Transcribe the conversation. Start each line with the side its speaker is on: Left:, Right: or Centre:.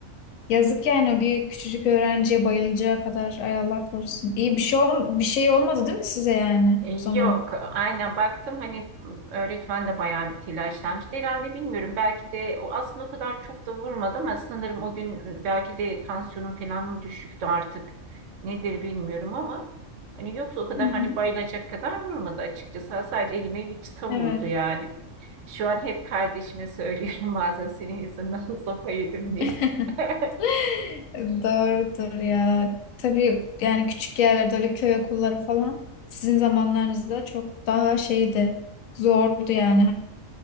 Left: Yazık yani bir küçücük öğrenciye bayılacağı kadar ay Allah korusun. İyi bir şey ol bir şey olmadı değil mi size yani
Right: E,
Left: o zaman?
Right: Yok, aynen baktım hani öğretmen de bayağı bir telaşlanmıştı herhalde bilmiyorum belki de o aslında o kadar çok da vurmadı ama sanırım o gün belki de tansiyonum falan mı düşüktü artık nedir bilmiyorum ama hani yoksa o kadar
Left: Hı hı.
Right: hani bayılacak kadar vurmadı açıkçası sadece elime bir çıta
Left: Evet.
Right: vurdu yani. Şu an hep kardeşime söylüyorum <laughs> bazen senin yüzünden <laughs> sopa yedim diye.
Left: <laughs>
Right: <laughs>
Left: Doğrudur ya. Tabii yani küçük yerlerde öyle köy okulları falan sizin zamanlarınızda çok daha şeydi. Zordu yani